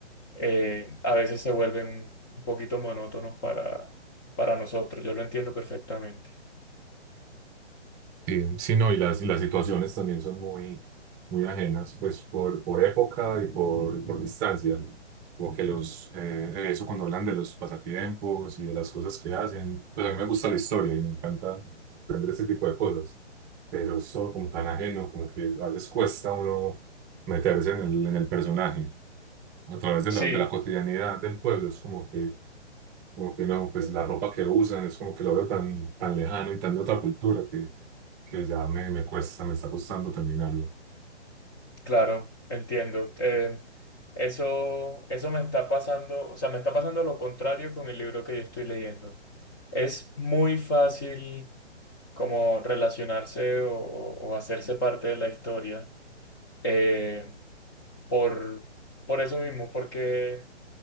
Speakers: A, on the left (about 20°); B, on the right (about 15°).
A: eh, a veces se vuelven un poquito monótonos para, para nosotros, yo lo entiendo perfectamente.
B: Sí, sí, no, y las, y las situaciones también son muy, muy ajenas, pues por, por época y por, por distancia. ¿no? Como que los, eh, eso cuando hablan de los pasatiempos y de las cosas que hacen, pues a mí me gusta la historia y me encanta aprender ese tipo de cosas, pero es todo como tan ajeno, como que a veces cuesta uno meterse en el, en el personaje. A través de
A: Sí,
B: la, de la cotidianidad del pueblo, es como que, como que no, pues la ropa que usan es como que lo veo tan, tan lejano y tan de otra cultura que ya me, me cuesta, me está costando terminarlo.
A: claro, entiendo. Eh, eso, eso me está pasando, o sea, me está pasando lo contrario con el libro que yo estoy leyendo. Es muy fácil como relacionarse o, o hacerse parte de la historia eh, por, por eso mismo, porque